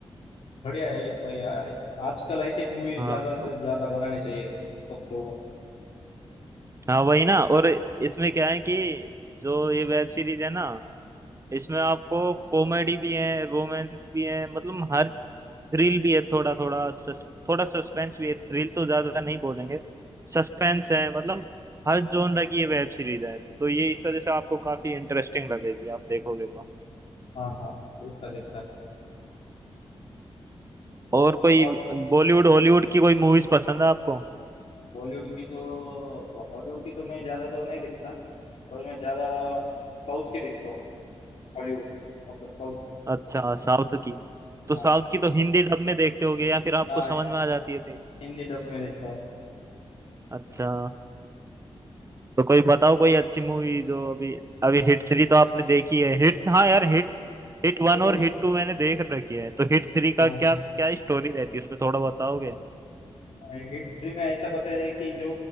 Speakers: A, on the left; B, on the right.
A: बढ़िया है ये भाई आ- आजकल ऐसी मूवी
B: हाँ
A: ज्यादा से ज्यादा बनानी चाहिए सब लोगों को।
B: हाँ वही ना और इसमें क्या है कि जो ये वेब सीरीज है ना इसमें आपको कॉमेडी भी है रोमांस भी है मतलब हर थ्रिल भी है थोड़ा थोड़ा सस, थोड़ा सस्पेंस भी है थ्रिल तो ज्यादा नहीं बोलेंगे सस्पेंस है मतलब हर जॉनर की ये वेब सीरीज है तो ये इस वजह से आपको काफी इंटरेस्टिंग लगेगी आप देखोगे तो
A: हाँ हाँ देखता देखता
B: और कोई
A: और
B: बॉलीवुड हॉलीवुड की कोई मूवीज पसंद है आपको
A: बॉलीवुड की तो हॉलीवुड की तो मैं ज्यादा तो नहीं देखता पर मैं ज्यादा साउथ की देखता हूँ हॉलीवुड मतलब साउथ
B: अच्छा साउथ की तो
A: हाँ
B: साउथ की तो हिंदी डब में देखते होगे या फिर आपको
A: हाँ
B: समझ में आ जाती है तेरी
A: हिंदी डब में देखता हूँ
B: अच्छा तो कोई बताओ कोई अच्छी मूवी जो अभी अभी हिट थ्री तो आपने देखी है हिट हाँ यार
A: हाँ,
B: हिट हिट वन
A: वो
B: और
A: भी
B: हिट टू मैंने देख रखी है तो हिट थ्री का
A: हाँ
B: क्या क्या स्टोरी रहती है उसमें थोड़ा बताओगे
A: हिट थ्री में ऐसा बताया है कि जो